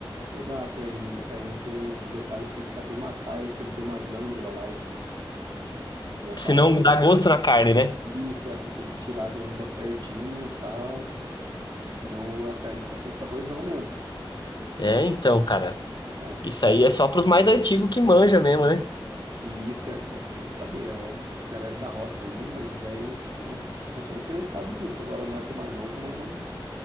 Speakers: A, on the right; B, on the left.
A: Exato, é, e o carneiro tem um um detalhe, você tem que saber matar ele, que ele tem uma glândula lá de, de uma parada
B: Se não
A: lá.
B: dá gosto
A: né?
B: na carne, né?
A: Isso, é, você tem que tirar a glândula certinho e tal, senão a carne fica com saborzão mesmo. E
B: É,
A: é,
B: então,
A: meio
B: cara.
A: complicado.
B: Isso aí é só pros mais antigos que manja mesmo, né?
A: E isso é, pô, tem que saber, é ó, a galera da roça ali, né, os velhos com, com certeza sabe disso. Agora, nós que é mais novo, nós não,